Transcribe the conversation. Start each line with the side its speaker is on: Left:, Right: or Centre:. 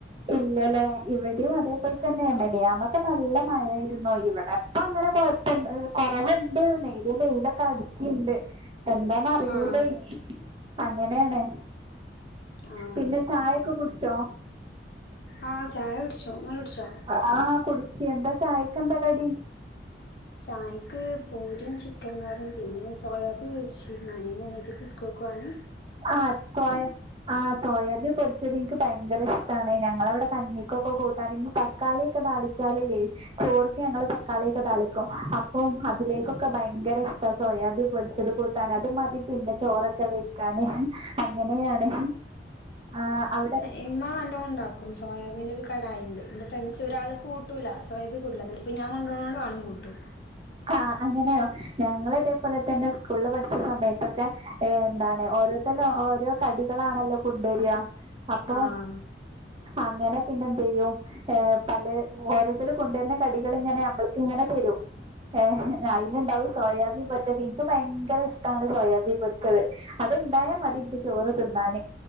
Right: ഇല്ലലേ ഇവിടേം അതേപോലെ തന്നെ മിനിയാന്നൊക്കെ നല്ല മഴായിരുന്നു ഇവിടെ ഇപ്പ അങ്ങനെ കൊഴ <unintelligible> കൊറവ്ണ്ട് നേരിയ വെയിലൊക്കെ അടിക്ക്ണ്ട് എന്താ അറിയൂലാ
Left: ആഹ്
Right: ഇനി അങ്ങനേണ്
Left: ആഹ്
Right: പിന്നെ ചായൊക്കെ കുടിച്ചോ?
Left: ആഹ് ചായ കുടിച്ചു ഇങ്ങള് കുടിച്ചോ
Right: ആഹ് കുടിച്ച് എന്താ ചായക്ക എന്താ കടി?
Left: ചായക്ക് പൂരിം ചിക്കൻ കറിം പിന്നെ സോയാബീ പൊരിച്ചിരുന്ന് അനിയനും അനിയത്തിക്കും സ് കൂൾക്കോവാന്
Right: ആഹ് സോയാ ആഹ് സോയാബി പൊരിച്ചത് ഇൻക്ക് ഭയങ്കര ഇഷ്ട്ടാണ് ഞങ്ങളെവിടെ കഞ്ഞിക്കൊക്കെ കൂട്ടാന് <unintelligible> ക്കാളിയൊക്കെ താളിച്ചാലില്ലേ ചോർക്ക് ഞങ്ങള് തക്കാളിയൊക്കെ താളിക്കും അപ്പം അതിലേക്കൊക്കെ ഭയങ്കര ഇഷ്ട്ടാ സോയാബി പൊരിച്ചത് കൂ ട്ടാന് അത് മതി പിന്നെ ചോറൊക്കെ വൈയിക്കാന് അങ്ങനെയാണ് ആഹ് അവിടെ
Left: ഇമ്മാ നല്ലോണം ഇണ്ടാക്കും സോയാബീന്റൊരു കടായി ഇണ്ട് ഇന്റെ ഫ്രണ്ട്സ് ഒരാള് കൂട്ടൂലാ സ് സോയാബി കൂട്ടൂലാ ഇന്നട്ട് ഇപ്പ ഞാ കൊണ്ടോയാല് ആളും കൂട്ടും
Right: ആഹ് അങ്ങനെയോ? ഞങ്ങള് ഇതേപോലെ തന്നെ സ്കൂളില് പഠിച്ച സമയത്തൊക്കെ ഏഹ് എന്താണ് ഓരോത്തന്നെ ഓരോ കടികളാണല്ലോ കൊണ്ടേരാ അപ്പൊ
Left: ആഹ്
Right: അങ്ങനെ പിന്നെ എന്ത് ചെയ്യും ഏഹ് പല ഓരോത്തരും കൊണ്ടര്ന്ന കടികള് ഇങ്ങനെ ഞമ്മൾക്ക് ഇങ്ങനെ തരും ഏഹ് അയില്ണ്ടാവും സോയാബി പൊരിച്ചത് ഇൻക്ക് ഭയങ്കര ഇഷ്ട്ടാണ് സോയാബി പൊരിച്ചത് അത്ണ്ടായാ മതി ഇൻക്ക് ചോറ് തിന്നാന്